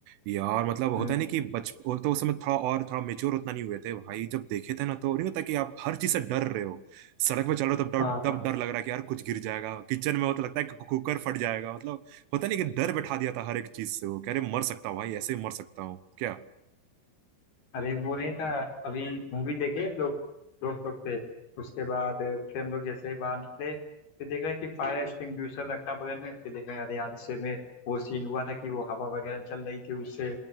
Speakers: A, on the right; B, on the left.
A: यार मतलब होता
B: हम्म
A: नहीं कि बच वो तो उस समय थोड़ा और थोड़ा मेच्योर उतना नहीं हुए थे भाई जब देखे थे ना तो नहीं होता कि आप हर चीज से डर रहे हो सड़क पे चल रहे हो तब डर-
B: हाँ
A: तब
B: हाँ
A: डर लग रहा है कि यार कुछ गिर जाएगा किचन में हो तो लगता है कि कुकर फट जाएगा मतलब होता नहीं कि डर बैठा दिया था हर एक चीज से वो कह रहे मर सकता हूँ भाई ऐसे ही मर सकता हूँ क्या
B: अरे वो नहीं था अभी मूवी देखे हम लोग दोस्त लोग थे उसके बाद फिर हम लोग जैसे ही बाहर निकले फिर देख रहे हैं कि फायर एक्सटिंग्विशर रखा बगल में फिर देख रहे हैं अरे यार इससे में वो सीन हुआ था कि वो हवा वगैरह चल रही थी उससे